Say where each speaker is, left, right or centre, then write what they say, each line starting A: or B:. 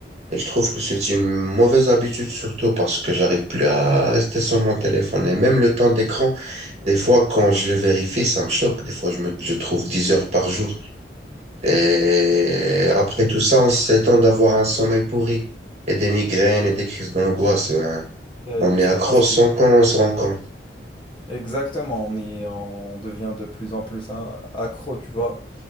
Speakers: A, on the right; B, on the left.
A: Et je trouve que c'est une mauvaise habitude, surtout parce que j'arrive plus à rester sur mon téléphone. Et même le temps d'écran, des fois, quand je le vérifie, ça me choque. Des fois, je me, je trouve 10 heures par jour. Et après tout ça, on s'étend d'avoir un sommeil pourri et des migraines et des crises d'angoisse. ben,
B: Euh,
A: On
B: justement,
A: est accro
B: c'est
A: sans qu'on se rend compte.
B: Exactement, on est, on devient de plus en plus un- accro, tu vois.